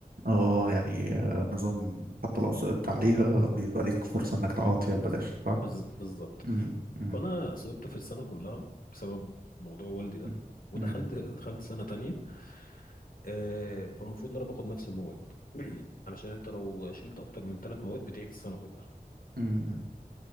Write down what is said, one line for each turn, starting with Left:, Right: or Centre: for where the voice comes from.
Right: اه يعني آه، نظام حتى لو سقطت عليها بيبقى ليك فرصة انك تعوض فيها ببلاش صح؟
Left: بز- بالظبط
Right: مم. مم.
Left: فانا سقطت في السنه كلها بسبب موضوع والدي ده
Right: مم.
Left: ودخلت
Right: مم.
Left: دخلت سنه تانية آه، فالمفروض ان انا باخد نفس المواد <clears throat> علشان انت لو شلت اكتر من ثلاث مواد بتعيد السنه كلها
Right: مم.